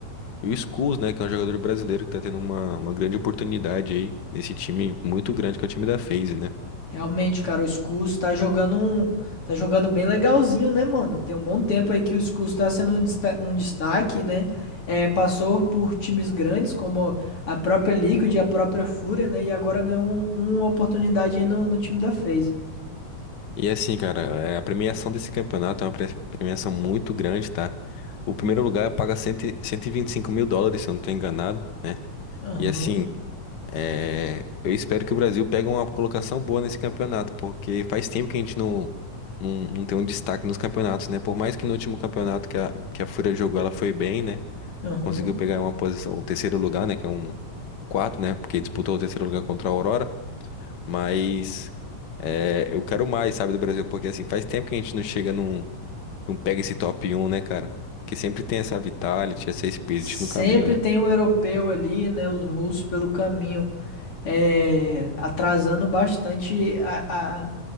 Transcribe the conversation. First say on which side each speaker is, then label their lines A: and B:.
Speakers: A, on the left; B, on the left.
A: e o Skulls, né, que é um jogador brasileiro que tá tendo uma, uma grande oportunidade aí nesse time muito grande que é o time da FaZe, né.
B: Realmente, cara, o Scus tá jogando um, tá jogando bem legalzinho, né, mano? Tem um bom tempo aí que o Scus tá sendo um desta- um destaque, né? É, passou por times grandes como a própria Liquid e a própria Fúria, né? E agora ganhou um- uma oportunidade aí no, no time da FaZe.
A: E assim, cara, é, a premiação desse campeonato é uma pre- premiação muito grande, tá? O primeiro lugar paga cento, e- cento e vinte e cinco mil dólares, se eu não estou enganado.
B: Aham,
A: E assim, é, eu espero que o Brasil pegue uma colocação boa nesse campeonato, porque faz tempo que a gente não, não, não tem um destaque nos campeonatos, né? Por mais que no último campeonato que a, que a Fúria jogou, ela foi bem, né?
B: aham.
A: Conseguiu pegar uma posição, o terceiro lugar, né? Que é um o quarto, né? Porque disputou o terceiro lugar contra a Aurora. Mas é, eu quero mais, sabe, do Brasil, porque assim, faz tempo que a gente não chega num, não pega esse top 1, né, cara? Porque sempre tem essa Vitality, essa Spirit
B: Sempre
A: no caminho, né?
B: tem o europeu ali, né? Os russos pelo caminho, é, atrasando bastante a.